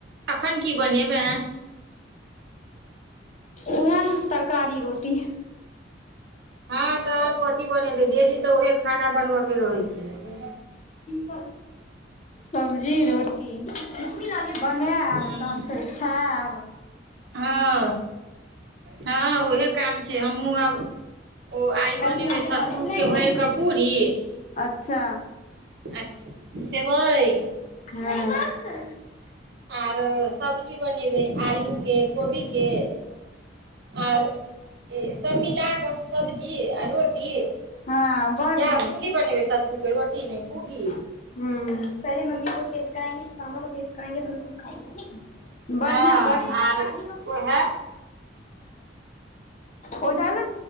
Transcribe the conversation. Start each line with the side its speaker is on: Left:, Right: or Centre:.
Right: एखन की बनेब है
Left: उए तरकारी रोटी
Right: हँ तऽर पथ बने डेली तऽएह खाना बनबय के रहैत छै से
Left: वाह सब्जी रोटी बनायब
Right: हूँ
Left: तहन फेर खायब हँ
Right: हँ हँ उहे काम छै हमहूँ आब ओ
Left: खुआएब
Right: आइ बनेबै सत्तूके भरि कऽ पूरी
Left: अच्छा
Right: आ सेवइ
Left: ह
Right: आरो सब्जी बनेबै आलू के कोबी के आर ई सब मिलाके सब्जी रोटी
Left: हँ बड़
Right: जा
Left: नीक
Right: पूरी बनेबै रोटी मे पूरी
Left: ह पहिले मम्मी को टेस्ट कराएंगे फिर पापा को टेस्ट कराएंगे फिर खुद खाएंगे ठीक बढ़िआँ
Right: हँ
Left: बढ़िआँ
Right: आर उएह
Left: ओझा एलै